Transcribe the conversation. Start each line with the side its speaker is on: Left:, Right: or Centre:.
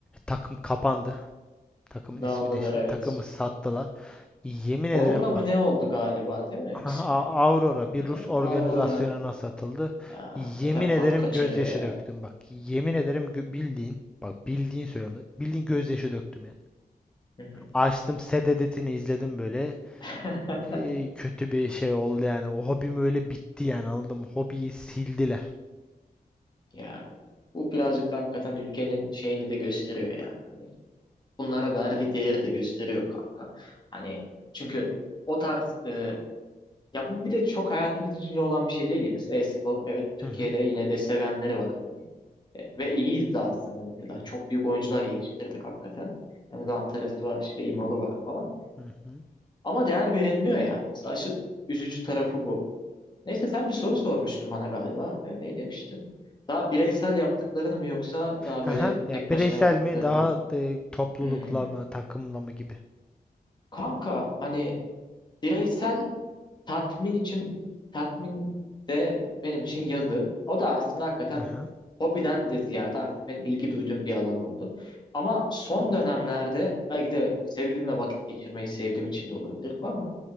Centre: takım kapandı. Takımın
Left: Dağıldılar
Centre: ismi değişti.
Left: evet.
Centre: Takımı sattılar. Yemin
Left: Aurora
Centre: ederim
Left: mı
Centre: bak
Left: ne oldu galiba değil mi
Centre: Aha,
Left: ismi?
Centre: A- Aurora bir
Left: Ee,
Centre: Rus organizasyonuna
Left: Aurora
Centre: satıldı.
Left: ya hakikaten
Centre: Yemin ederim
Left: tat kaçırıyor
Centre: gözyaşı
Left: ya.
Centre: döktüm bak. Yemin ederim gö- bildiğin bak bildiğin söylüyorum. Bildiğin gözyaşı döktüm yani.
Left: Hı hı.
Centre: Açtım Sededet'ini izledim böyle.
Left: <laughs>
Centre: Ee, kötü bir şey oldu yani. O hobim öyle bitti yani anladın mı? Hobiyi sildiler.
Left: Ya bu birazcık da hakikaten ülkenin şeyini de gösteriyor ya. Hani bunlara verdiği değeri de gösteriyor kanka. Hani çünkü o tarz e, ya bu bir de çok hayatımızın içinde olan bir şey değil ya. Mesela e-spor evet Türkiye'de
Centre: Hı hı.
Left: yine de sevenleri var. Hani, e, ve iyiyiz de aslında mesela. Çok büyük oyuncular yetiştirdik hakikaten. Yani Zantaresi var işte Imoru var falan.
Centre: Hı hı.
Left: Ama değer verilmiyor ya. Mesela şu üzücü tarafı bu. Neyse sen bir soru sormuştun bana galiba. E, ne demiştin? Daha bireysel yaptıklarını mı yoksa daha
Centre: Aha.
Left: böyle
Centre: Ya
Left: tek
Centre: bireysel
Left: başına yaptıklarını
Centre: mi daha
Left: mı?
Centre: e, toplulukla
Left: Hmm.
Centre: mı takımla mı gibi.
Left: Kanka hani bireysel tatmin için tatmin de benim için yazı. O da aslında hakikaten
Centre: Aha.
Left: hobiden de ziyade artık benim ilgi duyduğum bir alan oldu. Ama son dönemlerde belki de sevgilimle vakit geçirmeyi sevdiğim için de olabilir bu ama